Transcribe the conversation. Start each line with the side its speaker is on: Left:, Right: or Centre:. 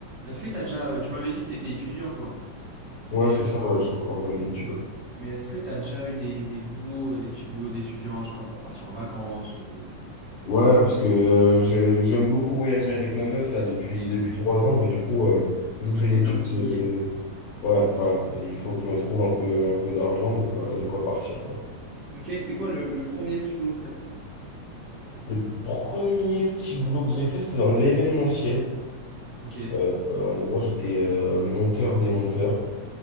Right: Est-ce que t'as déjà, euh, tu m'avais dit que t'étais étudiant toi, mais,
Left: Ouais, c'est ça, ouais, je suis encore dans les études. Ouais,
Right: mais est-ce que t'as déjà eu des, des boulots, euh, des petits boulots d'étudiant, je sais pas, pour partir en vacances ou...
Left: Ouais, parce que euh, j'ai- j'aime beaucoup voyager avec ma meuf là depuis depuis trois ans, mais du coup, euh, vu
Right: Ça
Left: que j'ai
Right: coûte
Left: l'étude,
Right: un petit billet.
Left: euh, ouais, voilà, il faut que je me trouve un peu un peu d'argent, de quoi de quoi partir quoi.
Right: Ok, c'était quoi le, le premier petit boulot que t'as fait?
Left: Le premier petit boulot que j'ai fait, c'était dans l'événementiel.
Right: Ok,
Left: Euh, euh, en gros, j'étais euh, monteur démonteur.